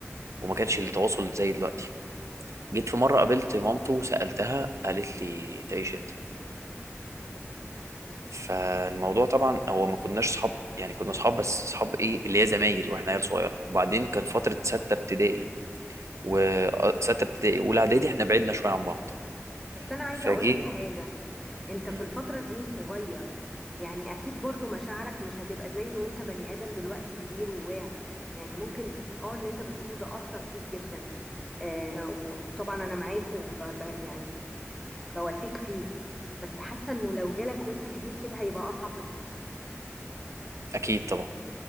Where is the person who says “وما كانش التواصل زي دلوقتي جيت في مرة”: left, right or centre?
Right